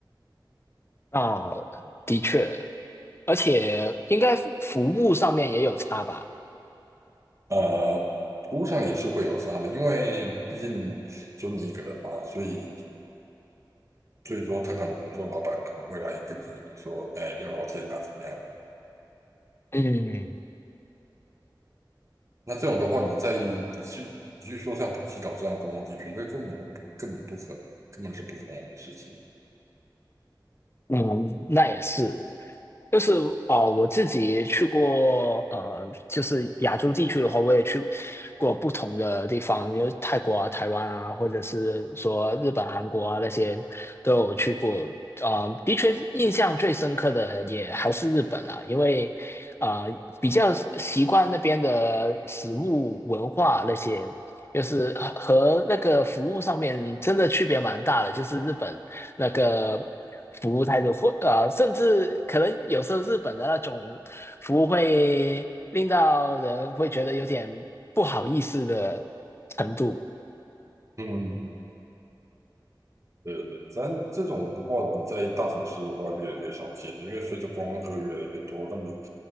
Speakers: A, on the left; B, on the right.
A: 啊，的确，而且应该服服务上面也有差吧？
B: 呃，服务上也是会有差的，因为毕竟就你一个人嘛，所以所以说他可能有时候老板可能会来跟你说，哎，聊聊天呐，怎么样？
A: 嗯
B: 那这种的话，你在你去你去说像普吉岛这样的观光地区，这根本就根本不可能，根本是不可能的事情。
A: 嗯，那也是，就是哦，我自己去过，呃，就是亚洲地区的话，我也去过不同的地方，因为泰国啊、台湾啊，或者是说日本、韩国啊那些都有去过。啊、的确，印象最深刻的也还是日本啊，因为啊、呃比较习惯那边的食物文化那些，就是和和那个服务上面真的区别蛮大的，就是日本。那个服务态度，或呃，甚至可能有时候日本的那种服务会令到人会觉得有点不好意思的程度。
B: 嗯。对对对，咱这种的话，你在大城市的话越来越少见，因为随着观光客越来越多，那么